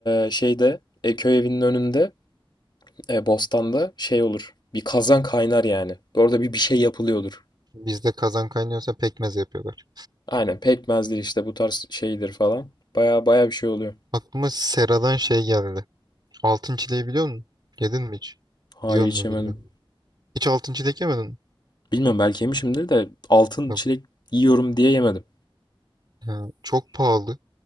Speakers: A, on the left; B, on the right.
A: e, şeyde e, köy evinin önünde e, bostanda şey olur. Bir kazan kaynar yani. Orada bir bir şey yapılıyordur.
B: Bizde kazan kaynıyorsa pekmez yapıyorlar.
A: Aynen pekmezdir işte bu tarz şeydir falan. Baya baya bir şey oluyor.
B: Aklıma Sera'dan şey geldi. Altın çileği biliyor musun? Yedin mi hiç?
A: Hayır
B: Yiyor
A: hiç
B: mu
A: yemedim.
B: bilmiyorum. Hiç altın çilek yemedin mi?
A: Bilmiyorum belki yemişimdir de altın
B: Yok.
A: çilek yiyorum diye yemedim.
B: Ha, çok pahalı.